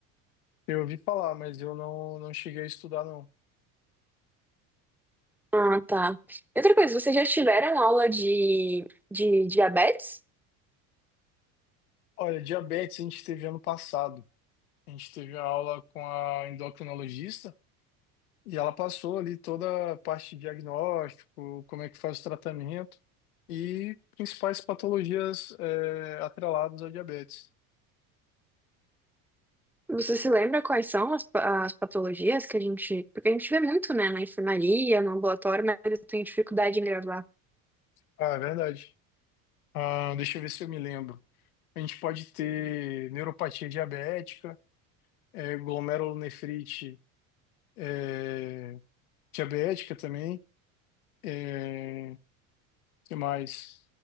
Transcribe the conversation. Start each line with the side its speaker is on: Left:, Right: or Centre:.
Left: Eu ouvi falar, mas eu não, não cheguei a estudar, não.
Centre: Ah, tá. E Outra coisa, vocês já tiveram aula de, de diabetes?
Left: Olha, diabetes a gente teve ano passado. A gente teve a aula com a endocrinologista. E ela passou ali toda a parte de diagnóstico, como é que faz o tratamento e principais patologias é, atreladas ao diabetes.
Centre: Você se lembra quais são as, pa- as patologias que a gente. Porque a gente vê muito, né, na enfermaria, no ambulatório, mas eu tenho dificuldade em gravar.
Left: Ah, é verdade. Ah, deixa eu ver se eu me lembro. A gente pode ter neuropatia diabética, é, glomerulonefrite é, diabética também, é, que mais?